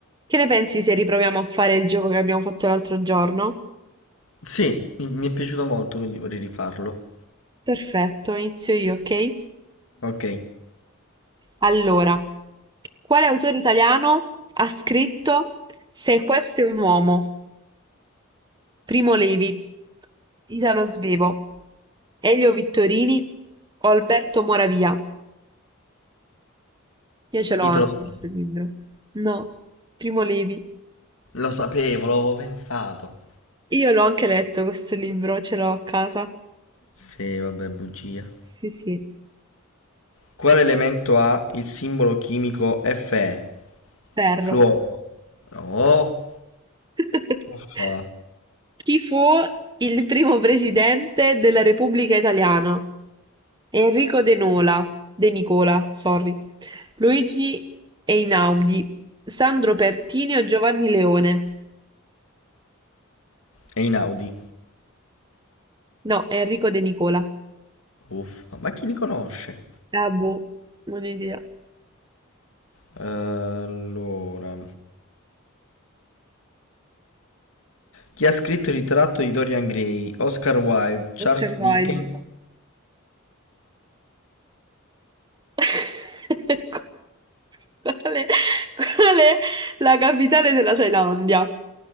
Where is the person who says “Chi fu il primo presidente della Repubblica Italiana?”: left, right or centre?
Right